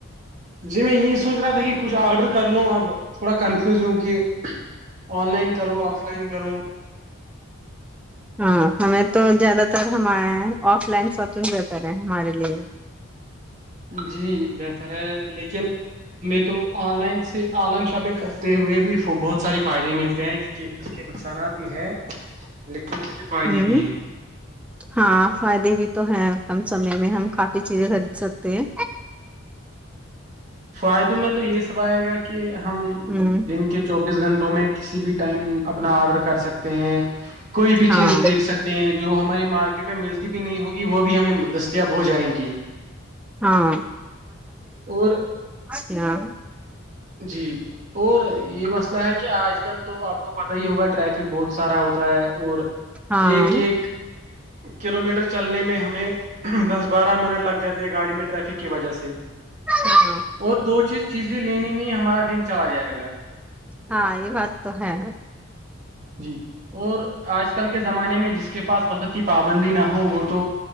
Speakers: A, on the right; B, in the centre.
A: جی میں یہی سوچ رہا تھا کہ کچھ آرڈر کر لوں اب تھوڑا کنفی چوںکہ <unintelligible> آن لائن کرو آف لائن کروں
B: ہاں ہمیں تو زیادہ تر ہمار آف لائن شاپنگ بھی کرے ہمارے لیے
A: جی بہتر ہے لیکن میں تو online online shopping کر ہوئے بھی بہت سارے فائدے ملتے ہیں چکہ اس کے نقصانات بھی ہیں لیکن اس کے فائدے
B: ہوں
A: بھی ہیں
B: ہاں فائدے بھی تو ہیں کم سمے میں ہم کافی چیزیں خرید سکتے ہیں
A: فائدوں میں تو یہ سب آئے گا کہ ہم
B: ہوں
A: دن کے چوبیس گھنٹوں میں کسی بھی ٹائم اپنا آرڈر کر سکتے ہیں کوئی بھی
B: ہاں
A: چیز دیکھ سکتے ہیں جو ہماری مارکیٹ میں ملتی بھی نہیں ہوگی وہ بھی ہمیں دستیاب ہو جائیں گی
B: ہاں
A: اور
B: ہ <unintelligible>
A: جی اور یہ مسئلہ ہے کہ آج کل تو آپ کو پت ہی ہوگا ٹریفک بہت سارا ہوتا ہے اور
B: ہاں
A: ایک ایک کلو میٹر چلنے میں ہمیں دس بارہ منٹ لگ جاتے ہیں گاڑی میں ٹریفک کی وجہ سے
B: ہاں
A: اور دو چیز چیزیں لینے میں ہی ہمارا دن چلا جائے گا
B: ہاں یہ بات تو ہے
A: جی اور آج ک اج کل کے زمانے میں جس کے پاس وقت کی پابندی نہ ہو وہ تو